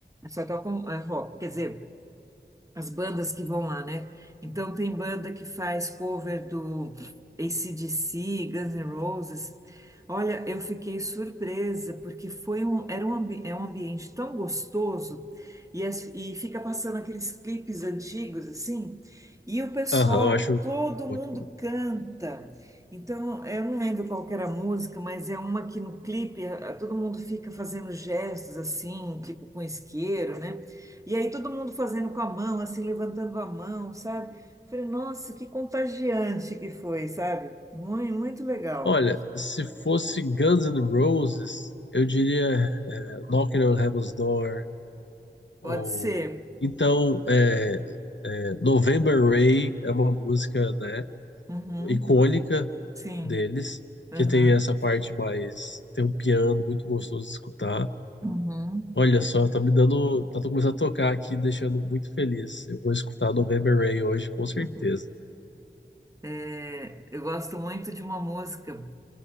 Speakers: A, on the right; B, on the left.
A: Só tocam é, rock, quer dizer, as bandas que vão lá, né? Então tem banda que faz cover do AC/DC, Guns N' Roses. Olha, eu fiquei surpresa porque foi um, era um, ambi- é um ambiente tão gostoso e, as- e fica passando aqueles clipes antigos assim, e o pessoal,
B: aham, eu acho
A: todo
B: muito
A: mundo
B: bom.
A: canta. Então, eu não lembro qual que era a música, mas é uma que no clipe a- a- todo mundo fica fazendo gestos assim, tipo com isqueiro, né? E aí todo mundo fazendo com a mão, assim, levantando a mão, sabe? Falei, nossa, que contagiante que foi, sabe? Muito, muito legal.
B: Olha, se fosse Guns N' Roses, eu diria é, Knocking on Heaven's Door, ou
A: Pode ser.
B: então é, é, November Rain é uma música, né,
A: Uhum.
B: icônica
A: Sim.
B: deles,
A: Aham.
B: que tem essa parte mais, tem um piano muito gostoso de escutar.
A: Uhum.
B: Olha só, tá me dando, tá começando a tocar aqui, deixando muito feliz. Eu vou escutar November Rain hoje, com certeza.
A: <laughs> É, eu gosto muito de uma música